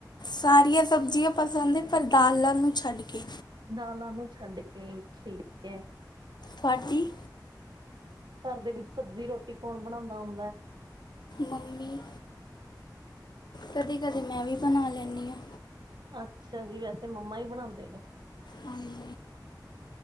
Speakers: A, on the left (about 70°); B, on the right (about 75°).
A: ਸਾਰੀਆਂ ਸਬਜ਼ੀਆਂ ਪਸੰਦ ਹੈ, ਪਰ ਦਾਲਾ ਨੂੰ ਛੱਡ ਕੇ
B: ਦਾਲਾਂ ਨੂੰ ਛੱਡ ਕੇ, ਠੀਕ ਐ।
A: ਫਾਡੀ
B: ਘਰ ਦੇ ਵਿੱਚ ਸਬਜ਼ੀ-ਰੋਟੀ ਕੌਨ ਬਨਾਦਾ ਹੁੰਦੈ।
A: ਮੰਮੀ, ਕਦੀ-ਕਦੀ ਮੈਂ ਵੀ ਬਨਾ ਲੈਂਨੀ ਆਂ।
B: ਅੱਛਾ ਜੀ, ਵੈਸੇ ਮੰਮਾ ਈ ਬਨਾਂਦੇ ਨੇ।
A: ਹਾਂਜੀ।